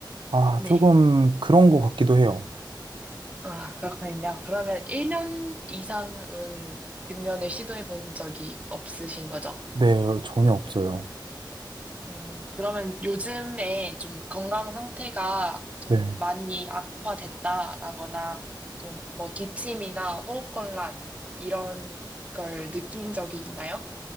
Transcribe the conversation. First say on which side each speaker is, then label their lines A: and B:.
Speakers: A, on the right; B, on the right.
A: 아,
B: 네.
A: 조금 그런 것 같기도 해요.
B: 아, 그렇군요. 그러면 1년 이상은 금연을 시도해 본 적이 없으신 거죠?
A: 네, 전혀 없어요.
B: 음, 그러면 요즘에 좀 건강 상태가 좀
A: 네.
B: 많이 악화됐다라거나 좀 뭐 기침이나 호흡곤란 이런 걸 느낀 적이 있나요?